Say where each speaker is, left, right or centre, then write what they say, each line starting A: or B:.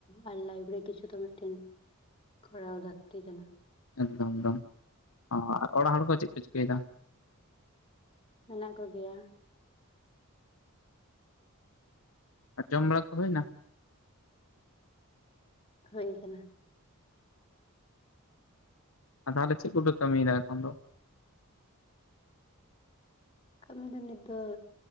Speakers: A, on the left (about 25°); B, on the left (about 70°).
A: ᱟᱨ ᱞᱟᱤᱯᱷ ᱨᱮ ᱠᱤᱪᱷᱩ ᱛᱚ ᱢᱤᱫᱴᱮᱱ ᱠᱚᱨᱟᱣ ᱞᱟᱹᱠᱛᱤ ᱠᱟᱱᱟ᱾
B: ᱮᱠᱫᱚᱢ ᱮᱠᱫᱚᱢ ᱚ ᱟᱨ ᱚᱲᱟᱜ ᱦᱚᱲ ᱠᱚ ᱪᱮᱫ ᱠᱚ ᱪᱤᱠᱟᱹᱭᱮᱫᱟ?
A: ᱢᱮᱱᱟᱜ ᱠᱚ ᱜᱮᱭᱟ᱾
B: ᱟᱨ ᱡᱚᱢ ᱵᱟᱲᱟ ᱠᱚ ᱦᱩᱭᱱᱟ?
A: ᱦᱳᱭ ᱠᱟᱱᱟ᱾
B: ᱟ ᱛᱟᱦᱚᱞᱮ ᱪᱮᱫ ᱠᱚᱯᱮ ᱠᱟᱹᱢᱤᱭᱮᱫᱟ ᱮᱠᱷᱚᱱ ᱫᱚ?
A: ᱠᱟᱹᱢᱤ ᱫᱚ ᱱᱤᱛ ᱫᱚ